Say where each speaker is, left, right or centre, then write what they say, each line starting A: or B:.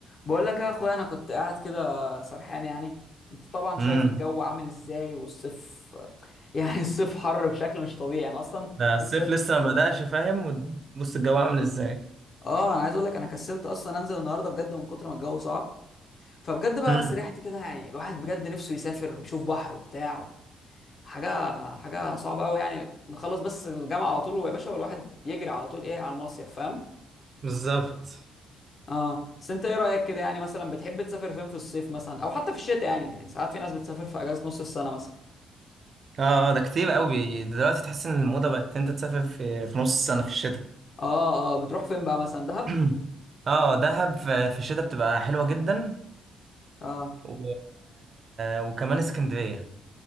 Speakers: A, on the left; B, on the right.
A: بقول لك يا اخويا انا كنت قاعد كده سرحان يعني انت طبعا شايف
B: امم
A: الجو عامل ازاي والصيف <laughs> يعني الصيف حر بشكل مش طبيعي انا اصلا
B: ده الصيف
A: كسلت
B: لسه ما بدأش فاهم وبص الجو عامل ازاي
A: اه انا عايز اقول لك انا كسلت اصلا انزل النهارده بجد من كتر ما الجو صعب فبجد بقى
B: امم
A: سرحت كده يعني الواحد بجد نفسه يسافر ويشوف بحر وبتاع حاجه حاجه صعبه قوي يعني نخلص بس الجامعه على طول ويا باشا والواحد يجري على طول ايه على المصيف فاهم
B: بالظبط <clears throat>
A: اه بس انت ايه رايك كده يعني مثلا بتحب تسافر فين في الصيف مثلا او حتى في الشتاء يعني, يعني ساعات في ناس بتسافر في اجازه نص السنه مثلا
B: اه ده كتير قوي دلوقتي تحس ان الموضة بقت إن انت تسافر في, في نص السنة في الشتاء
A: اه اه بتروح فين بقى مثلا دهب
B: <clears throat> اه دهب في في الشتاء بتبقى حلوة جدا
A: اه
B: و... وكمان اسكندرية